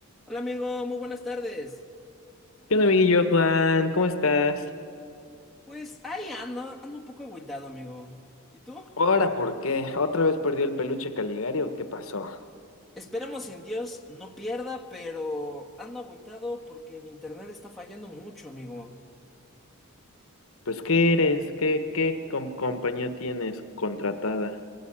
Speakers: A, in the centre; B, on the left.
A: Hola amigo, muy buenas tardes.
B: ¿Qué onda, amiguillo Juan? ¿Cómo estás?
A: Pues ahí ando, ando un poco agüitado, amigo. ¿Y tú?
B: Ahora, ¿por qué? ¿Otra vez perdió el peluche Caligari o qué pasó?
A: Esperemos en Dios no pierda, pero ando agüitado porque mi internet está fallando mucho, amigo.
B: Pues, ¿qué eres? ¿Qué, qué com- compañía tienes contratada?